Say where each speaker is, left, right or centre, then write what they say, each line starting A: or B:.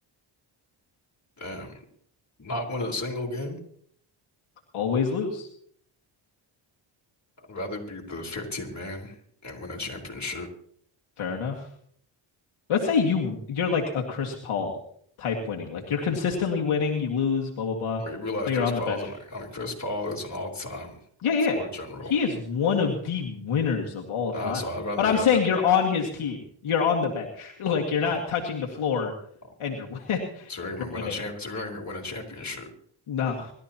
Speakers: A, on the left; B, on the left.
A: Damn, not win a single game.
B: Always lose.
A: I'd rather be the 15th man and win a championship.
B: Fair enough. Let's say you you're like a Chris Paul type winning. Like you're consistently winning, you lose, blah blah blah,
A: When you realize
B: but
A: Chris
B: you're on
A: Paul
B: the bench.
A: is an I mean Chris Paul is an all-time
B: Yeah, yeah.
A: floor general.
B: He is one of the winners of all
A: Uh,
B: time.
A: so I'd rather
B: But I'm
A: yeah
B: saying
A: I'd rather
B: you're
A: be
B: on his team. You're on the bench. <laughs> Like you're
A: oh
B: not touching the floor
A: no
B: and you're <laughs> and
A: so we don't
B: you're
A: even
B: winning.
A: win a champ so we don't even win a championship.
B: No.